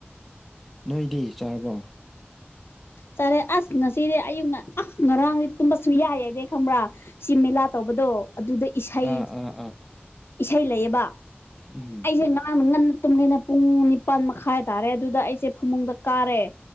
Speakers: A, in the centre; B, on the left.
A: ꯅꯣꯏꯗꯤ ꯆꯥꯔꯕꯣ
B: ꯆꯔꯦ ꯑꯁ ꯉꯁꯤꯗꯤ ꯑꯌꯨꯛꯅ ꯑꯁ ꯉꯔꯥꯡꯗꯤ ꯇꯨꯝꯕꯁꯨ ꯌꯥꯏꯑꯗꯤ ꯈꯪꯕ꯭ꯔꯥ ꯁꯤ ꯃꯦꯂꯥ ꯇꯧꯕꯗꯣ ꯑꯗꯨꯗ ꯏꯁꯩ
A: ꯑꯥ ꯑꯥ
B: ꯏꯁꯩ ꯂꯩꯌꯦꯕ
A: ꯎꯝꯨꯝ
B: ꯑꯩꯁꯦ ꯉꯥꯡꯅ ꯉꯟꯅ ꯇꯨꯝꯒꯦꯅ ꯄꯨꯡ ꯅꯤꯄꯥꯟ ꯃꯈꯥꯏ ꯇꯥꯔꯦ ꯑꯗꯨꯗ ꯑꯩꯁꯦ ꯐꯃꯨꯡꯗ ꯀꯥꯔꯦ